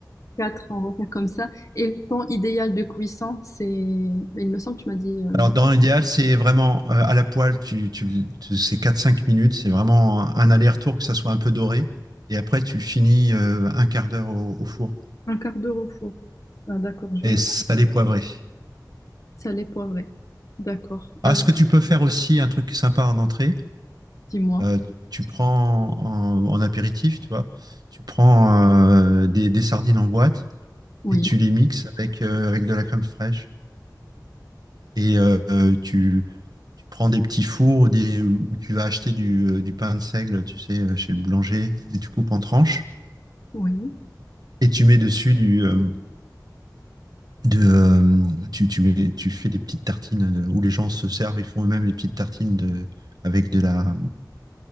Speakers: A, on the left; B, on the right.
A: quatre en repas comme ça. Et le temps idéal de cuisson, c'est, ben, il me semble, que tu m'as dit euh,
B: Alors, dans l'idéal, c'est vraiment euh, à la poêle, tu, tu, tu- c'est quatre cinq minutes, c'est vraiment un aller-retour, que ça soit un peu doré. Et après, tu le finis euh, un quart d'heure au, au four.
A: un quart d'heure au four. Ah, d'accord, je
B: et
A: vais noter
B: salé poivré.
A: salé poivré. D'accord. Avec,
B: Ah, ce que tu peux faire aussi, un truc sympa en entrée,
A: dis-moi.
B: euh, tu prends en, en apéritif, tu vois, tu prends euh, des, des sardines en boîte
A: Oui,
B: et tu les mixes avec, euh, avec de la crème fraîche. Et euh, euh, tu, tu prends des petits fours ou des, où tu vas acheter du, euh, du pain de seigle, tu sais, euh, chez le boulanger, et tu coupes en tranches
A: oui.
B: et tu mets dessus du. euh, de, euh, tu, tu, mets, tu fais des petites tartines de- où les gens se servent et font eux-mêmes les petites tartines de, avec de la,